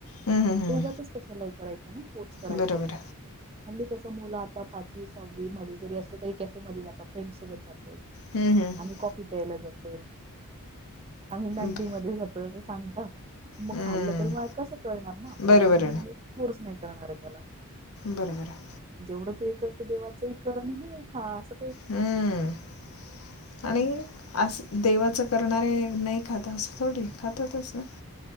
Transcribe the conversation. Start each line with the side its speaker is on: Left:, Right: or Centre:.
Left: ना हं, हं, हं.
Right: दोघाच कशालय करायचं ना कोर्स करायचं.
Left: बरोबर
Right: म्हली तस मुलं आता पाचवी सहावी मध्ये जरी असलं तरी कॅफे मध्ये जाता फ्रेंड सोबत जात.
Left: हम्म, हम्म.
Right: आणि कॉफी प्यायला जातोय. आम्ही मॅगडी
Left: ब-
Right: मध्ये जातोय असं सांगता. मग
Left: हम्म.
Right: खाल्लं तरी मला कसं कळणार ना आपल्याला
Left: बरोबर
Right: म्हणून कोर्स नाही करणार आहे त्याला.
Left: बरोबरं.
Right: जेवढं करतो देवाचं कर आणि हे हा अस.
Left: हम्म
Right: हम्म
Left: आणि अस देवाचं करणारे नाही खात. तास थोडी खााता तस ना.